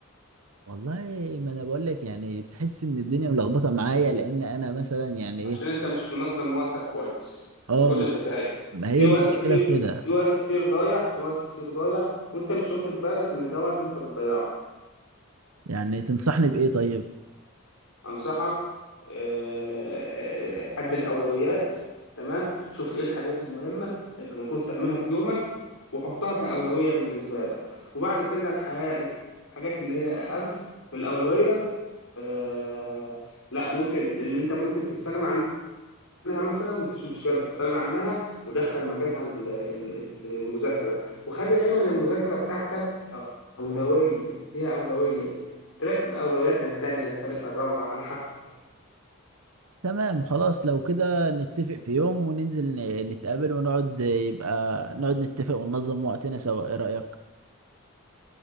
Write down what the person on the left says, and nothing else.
عشان انت مش منظم وقتك كويس
دي كل
الحكاية
في
وقت كتير
في وقت كتير ضايع في وقت كتير ضايع وانت مش واخد بالك ان ده وقت انت بتضيعه
أنصحك آه، حدد أولويات تمام شوف إيه الحاجات المهمة اللي المفروض تعملها في يومك وحطها كأولوية بالنسبة لك وبعد كده الحياة الحاجات اللي هي أقل بالأولوية آه لا ممكن لأن أنت ممكن تستغنى عنها مثلا مفيش مشكلة استغنى عنها ودخل مكانها ال- ال- ال- المذاكرة وخلي دايما المذاكرة بتاعتك أولوية ليها أولوية ترتب أولوياتها التانية التالتة الرابعة على حسب